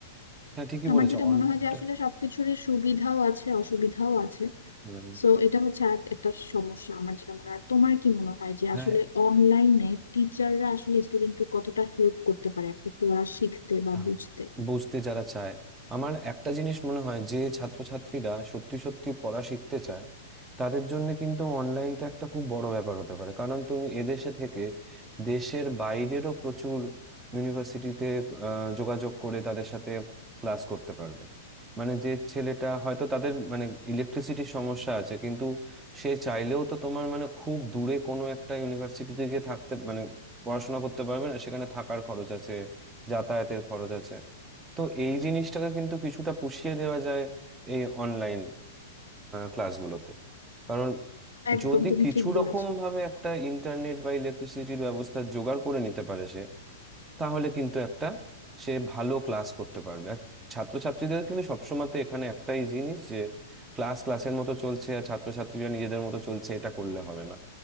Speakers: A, on the right; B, on the left.
A: হ্যাঁ ঠিকই
B: আমার
A: বলেছো
B: যেটা
A: অনলাইনটা
B: মনে হয় যে আসলে সবকিছুরই সুবিধাও আছে অসুবিধাও আছে
A: হুম
B: সো এটা হচ্ছে আর একটা সমস্যা আমার যেটা মনে হয় আর তোমার কি মনে হয় যে
A: হ্যাঁ
B: আসলে অনলাইনে টিচাররা আসলে স্টুডেন্টকে কতটা হেল্প করতে পারে একটা পড়া শিখতে বা
A: আহ,
B: বুঝতে
A: বুঝতে যারা চায় আমার একটা জিনিস মনে হয় যে ছাত্রছাত্রীরা সত্যি সত্যি পড়া শিখতে চায় তাদের জন্য কিন্তু অনলাইনটা একটা খুব বড় ব্যাপার হতে পারে কারণ তুমি এদেশে থেকে দেশের বাইরেরও প্রচুর ইউনিভার্সিটিতে যোগাযোগ করে তাদের সাথে ক্লাস করতে পারবে মানে যে ছেলেটা হয়তো তাদের মানে ইলেকট্রিসিটির সমস্যা আছে কিন্তু সে চাইলেও তো তোমার মানে খুব দূরে কোনো একটা ইউনিভার্সিটিতে গিয়ে থাকতে মানে পড়াশোনা করতে পারবে না সেখানে থাকার খরচ আছে যাতায়াতের খরচ আছে তো এই জিনিসটাকে কিন্তু কিছুটা পুষিয়ে দেওয়া যায় এই অনলাইন ক্লাসগুলোতে কারণ
B: একদম
A: যদি
B: তুমি
A: কিছু
B: ঠিক
A: রকম
B: বলেছো
A: ভাবে একটা ইন্টারনেট বা ইলেকট্রিসিটির ব্যবস্থা জোগাড় করে নিতে পারে সে তাহলে কিন্তু একটা সে ভালো ক্লাস করতে পারবে আর ছাত্রছাত্রীদের কিন্তু সবসময়তে এখানে একটাই জিনিস যে ক্লাস ক্লাসের মতো চলছে আর ছাত্রছাত্রীরা নিজেদের মতো চলছে এটা করলে হবে না